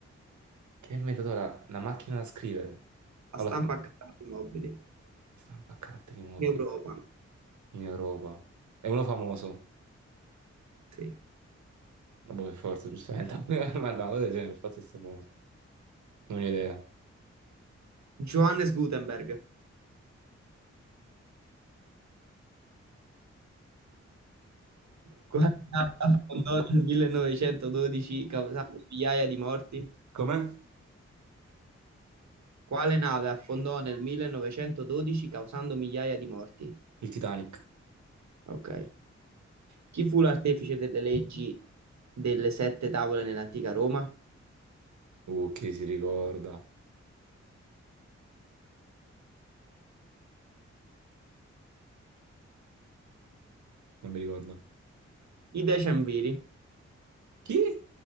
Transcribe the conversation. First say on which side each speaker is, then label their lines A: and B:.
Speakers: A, on the right; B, on the right.
A: Che ha inventato la, la macchina da scrivere?
B: La
A: No,
B: stampa
A: la stampa.
B: a caratteri mobili in
A: Stampa a caratteri mobili.
B: Europa.
A: in Europa. È uno famoso.
B: Sì.
A: Vabbè, per forza, giustamente. <laughs> Ma no, cosa del genere, per forza è famoso. Non ho idea.
B: Johannes Gutenberg. Quale città fondò nel 1912 causando migliaia di morti?
A: Com'è?
B: Quale nave affondò nel 1912 causando migliaia di morti?
A: Il Titanic.
B: Ok. Chi fu l'artefice delle leggi delle sette tavole nell'antica Roma?
A: Uh, chi si ricorda? Non mi ricordo.
B: I Decemviri.
A: Chi?